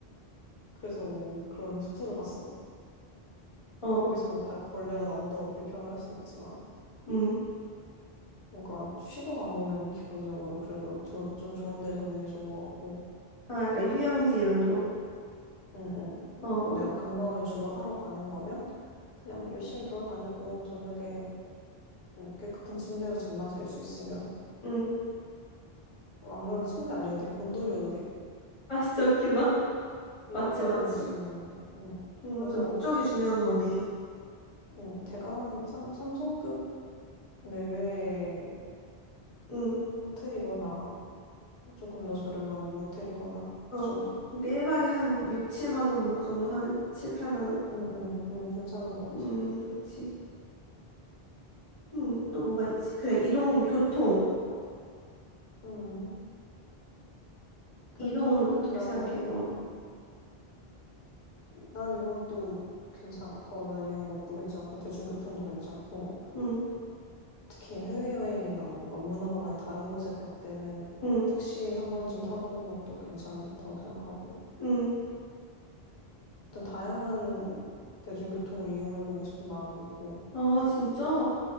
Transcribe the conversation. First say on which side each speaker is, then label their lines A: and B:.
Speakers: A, on the left; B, on the left.
A: 그래서 뭐 그런 숙소를 갔어.
B: 어,
A: 거기서 뭐 발- 벌레가 나온다고 <laughs> 불평을 할 순 없지만.
B: 음.
A: 그러니까 쉬러 간 거면 기본적으로 그래도 저, 좀 좋은 데 잡는 게 좋은 것 같고,
B: 아, 약간 휴양지 이런 곳?
A: 응, 응.
B: 어, 어,
A: 내가 관광을 주로 하러 가는 거면 그냥 열심히 돌아다니고 저녁에 음, 깨끗한 침대에서 잠만 잘 수 있으면
B: 음.
A: 막말로 침대 아니어도 돼. 온돌이어도 돼.
B: 아, 진짜 웃기다.
A: 이불
B: 맞지,
A: 깔고
B: 맞지.
A: 잘 수 있는. 음.
B: 응,
A: 그래서
B: 맞아. 목적이 중요한 거네.
A: 음, 대강 한 삼, 삼성급 내외의
B: 응,
A: 호텔이거나 조금 더 저렴한 모텔이거나
B: 어.
A: 그 정도?
B: 그러니까 1박에 한 6, 7만 원 목 정도 하는? 7, 8만 원?
A: 응, 응, 응. 괜찮은 것
B: 음,
A: 같아.
B: 좋지. 응, 또 뭐가 있지? 그래, 이동, 교통.
A: 음. 교통은
B: 이동은 어떻게
A: 나는
B: 생각해? 어.
A: 난 이것도 괜찮아. 걸어 다니는 것도 괜찮고, 대중교통도 괜찮고,
B: 응,
A: 특히 해외여행이나 뭔가 문화가 많이 다른 곳에 갈 때는
B: 응,
A: 뭐 택시 한 번쯤 타보는 것도 괜찮다고 생각하고,
B: 응.
A: 일단 다양한 대중교통을 이용해보고 싶은 마음은 있고,
B: 아, 진짜?